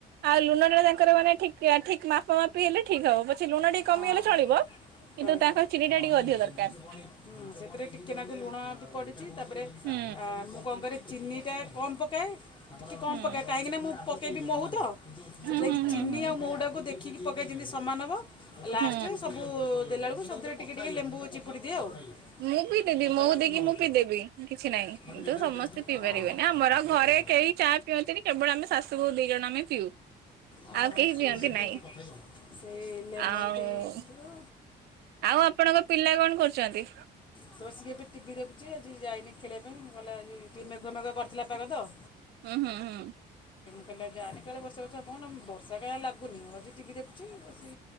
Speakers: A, on the right (about 70°); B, on the left (about 30°).
A: ଆଉ ଲୁଣଟା ତାଙ୍କର ମାନେ ଠିକ ପିଆ ଠିକ ମାପ ମାପି ହେଲେ ଠିକ ହବ <unintelligible> ସେ ଲୁଣ ଟିକେ କମିଗଲେ
B: ହଁ
A: ଚଳିବ କିନ୍ତୁ
B: ଚଳିବ
A: ତାଙ୍କର ଚିନି
B: ହଁ
A: ଟା ଟିକେ
B: ନା
A: ଅଧିକ
B: ନାଇଁ ସେମିତି
A: ଦରକାର।
B: ପୁଣି ହୁଁ ସେଥିରେ ଟିକେ ନାକୁ ଲୁଣ ବି ପଡିଚି ତାପରେ
A: ହୁଁ
B: ଆ ମୁଁ କଣ କରେ କି ଚିନିଟା କମ୍ ପକାଏ କି କମ୍
A: ହୁଁ
B: ପକାଏ କାହିଁକି ନା ମୁଁ ପକେଇବି ମହୁ ତ
A: ହୁଁ
B: ସେଥିଲାଗି
A: ହୁଁ ହୁଁ
B: ଚିନି
A: ହୁଁ।
B: ଆଉ ମହୁ ଟାକୁ ଦେଖିକି ପକାଏ ଯେମିତି ସମାନ ହବ। ଲାଷ୍ଟରେ
A: ହୁଁ
B: ସବୁ ଦେଲା ବେଳକୁ ସବୁଥିରେ ଟିକେ ଟିକେ ଲେମ୍ବୁ ଚିପୁଡ଼ି ଦିଏ ଆଉ।
A: ମୁଁ ପିଇ
B: ହିଁ
A: ଦେବି
B: ଆପଣ
A: ମହୁ
B: ଜଣଉଛନ୍ତି
A: ଦେଇକି ମୁଁ ପିଇ ଦେବି କିଛି ନାହିଁ
B: ମୋତେ
A: କିନ୍ତୁ
B: ଡିଟେଲ୍
A: ସମସ୍ତେ
B: ଦେଲେ କିନ୍ତୁ
A: ପିଇ
B: କଥା
A: ପାରିବେନି ଆମର
B: ହିଁ
A: ଆଉ
B: କହିଦେବେ
A: ଘରେ ରେ କେହି ଚାହା ପିଅନ୍ତିନି କେବଳ ଆମେ ଶାଶୁ ବୋହୁ ଦି ଜଣ ଆମେ ପିଉ।
B: ଓ
A: ଆଉ କେହି
B: ସିଏ
A: ପିଅନ୍ତି ନାହିଁ
B: ସେ ଲେମନ
A: ଆଉ
B: ଟି କୁ
A: ଆଉ ଆପଣଙ୍କ ପିଲା କଣ କରୁଚନ୍ତି?
B: ତ ସିଏ ଏବେ ଟିଭି ଦେଖୁଚି ଆଜି ଯାଇନି ଖେଳିବା ପାଇଁ କହିଲା ଆଜି ଟିକେ ମେଘୁଆ ମେଘୁଆ କରିଥିଲା ବର୍ଷା ପାଗ ତ
A: ହୁଁ ହୁଁ ହୁଁ।
B: କହିଲି ଆଜି ଯାଆନି କାଳେ ବର୍ଷା ଫର୍ଷା ହବ ନା ବର୍ଷା କାଇଁ ଆଉ ଲାଗୁନି ବସିକି ଟିଭିି ଦେୁଖୁଚି ବସି